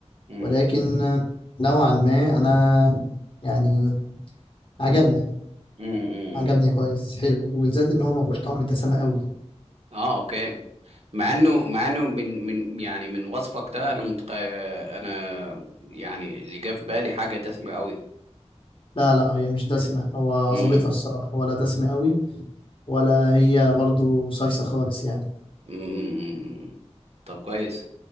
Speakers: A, on the right; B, on the left.
A: امم
B: ولكن نوعا ما أنا يعني عجبني
A: امم
B: عجبني كويس حلو وبالذات إن هو ما فيهوش طعم دسمة قوي
A: اه اوكي مع انه مع انه من من يعني من وصفك ده انا متق... انا يعني اللي جه في بالي حاجة دسمة قوي
B: لا لا هي مش دسمة هو
A: امم
B: ظابطها الصراحة ولا دسمة قوي ولا هي برضو صيصة خالص يعني
A: امم طب كويس